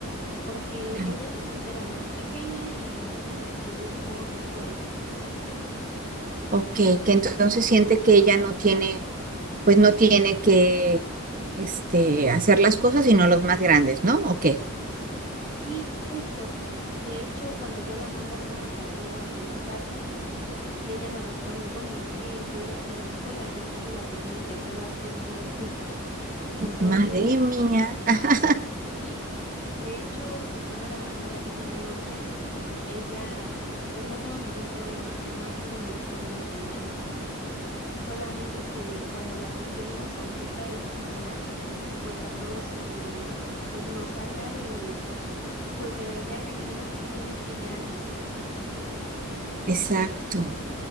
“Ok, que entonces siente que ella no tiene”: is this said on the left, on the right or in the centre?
Right